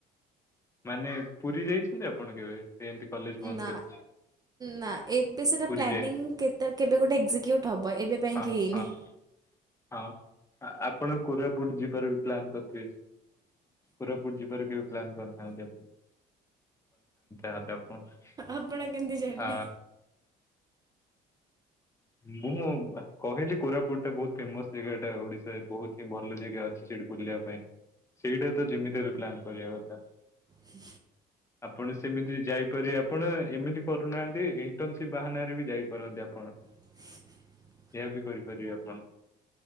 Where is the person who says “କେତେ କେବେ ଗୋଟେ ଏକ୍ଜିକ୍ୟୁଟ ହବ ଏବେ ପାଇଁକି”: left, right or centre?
Right